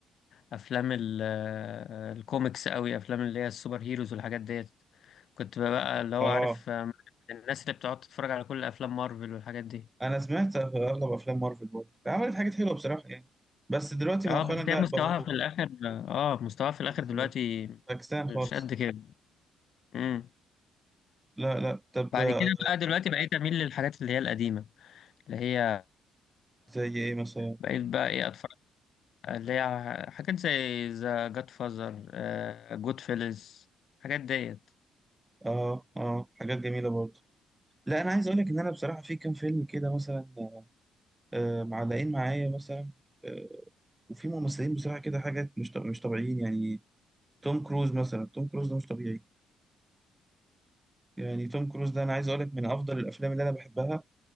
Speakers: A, on the left; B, on the right.
A: افلام ال- آه، الكوميكس قوي افلام اللي هي السوبر هيروز والحاجات ديت كنت بقى اللي هو
B: اه
A: عارف آه، الناس اللي بتقعد تتفرج على كل افلام مارفل والحاجات دي
B: انا سمعت اغلب افلام مارفل برضه عملت حاجات حلوه بصراحه يعني بس دلوقتي
A: اه
B: مؤخرا
A: بس
B: لا
A: هي مستواها
B: بقوا
A: في الاخر اه مستواها في الاخر
B: بالظبط
A: دلوقتي
B: باكستان
A: مش
B: خالص
A: قد كده امم
B: لا لا طب
A: بعد
B: آه،
A: كده بقى دلوقتي بقيت اميل للحاجات اللي هي القديمه اللي هي
B: زي ايه مثلا
A: بقيت بقى ايه اتفرج اللي هي حاجات زي ذا جاد فازر جود فيلز الحاجات ديت
B: اه اه حاجات جميله برضه لا انا عايز اقول لك ان انا بصراحه في كام فيلم كده مثلا آه، آه، معلقين معايا مثلا آه، وفي ممثلين بصراحه كده حاجات مش طب- مش طبيعيين يعني توم كروز مثلا توم كروز ده مش طبيعي يعني توم كروز ده انا عايز اقول لك من افضل الافلام اللي انا بحبها